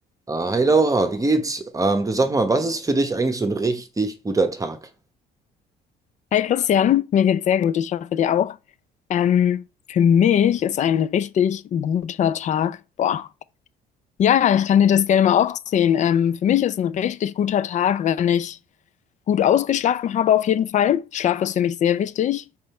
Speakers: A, on the right; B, on the left.
A: Ah, Hi Laura, wie geht's? Ähm, du sag mal, was ist für dich eigentlich so ein richtig guter Tag?
B: Hi Christian, mir geht's sehr gut, ich hoffe dir auch. Ähm, für mich ist ein richtig guter Tag. Boah. Ja, ich kann dir das gerne mal aufzählen. Ähm, für mich ist ein richtig guter Tag, wenn ich gut ausgeschlafen habe auf jeden Fall. Schlaf ist für mich sehr wichtig.